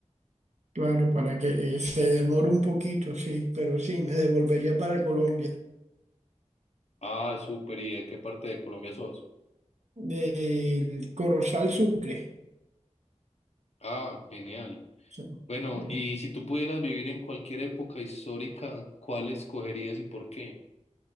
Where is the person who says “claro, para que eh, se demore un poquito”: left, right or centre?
Right